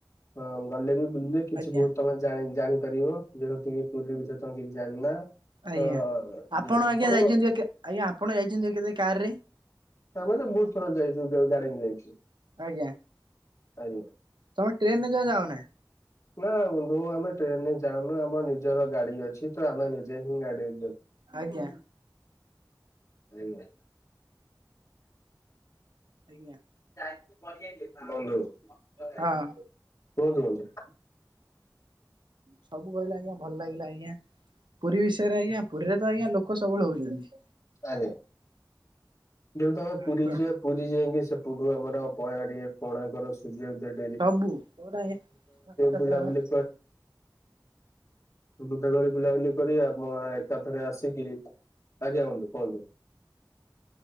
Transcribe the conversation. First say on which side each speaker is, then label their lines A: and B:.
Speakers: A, on the left; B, on the right.
A: ହଁ ଗଲେ ବି ବୁଲିବେ। କିଛି
B: ଆଜ୍ଞା
A: ବହୁତ ତମେ ଜା ଜାଣିପାରିବ ଯେହେତୁ କି ପୁରୀରେ ବିଷୟରେ ତମେ କିଛି ଜାଣିନା
B: ଆଜ୍ଞା।
A: ତ ଅ
B: ଆପଣ
A: ଆପଣଙ୍କ
B: ଆଜ୍ଞା ଯାଇଛନ୍ତି କେ ଆଜ୍ଞା ଆପଣ ଯାଇଛନ୍ତି ତ କେବେ କାର୍ ରେ?
A: ଆମେ ତ ବହୁତ ଥର ଯାଇଛୁ ଗାର୍ଡେନ ଯାଇଛୁ।
B: ଆଜ୍ଞା।
A: ଆଜ୍ଞା।
B: ତମେ ଟ୍ରେନରେ ଜମା ଯାଅନାଇ।
A: ନା ବନ୍ଧୁ ଆମେ ଟ୍ରେନରେ ଯାଉନୁ ଆମ ନିଜର ଗାଡି଼ ଅଛି ତ ଆମେ ନିଜେ ହିଁ ଗାଡ଼ିରେ ଯାଉ।
B: ଆଜ୍ଞା।
A: ହେଲେ।
B: ଆଜ୍ଞା।
A: ନାଇ ପଳେଇ ଆଇଲି ବନ୍ଧୁ କୁହନ୍ତୁ?
B: ହଁ। ସବୁ କହିଲା ଆଜ୍ଞା, ଭଲ ଲାଗିଲା ଆଜ୍ଞା। ପୁରୀ ବିଷୟରେ ଆଜ୍ଞା, ପୁରୀରେ ତ ଆଜ୍ଞା ଲୋକ ସବୁବେଳେ ହଉଛନ୍ତି।
A: ଆଜ୍ଞା ଯେହେତୁ ଆମେ ପୁରୀ
B: ଆଜ୍ଞା
A: ଯିବା ପୁରୀ ଯାଇକି ସେପଟୁ ଆମର <unintelligible> କୋଣାର୍କର ସୂର୍ଯ୍ୟ ଉଦୟ
B: ସବୁ କୋଉଟା ଆଜ୍ଞାନ୍ଦ
A: ବୁଲାବୁଲି ଗୁଟା ଘଳି ବୁଲାବୁଲି କରି ଆପଣ ଏକାଥରେ ଆସିକି ଆଜ୍ଞା ବନ୍ଧୁ କୁହନ୍ତୁ?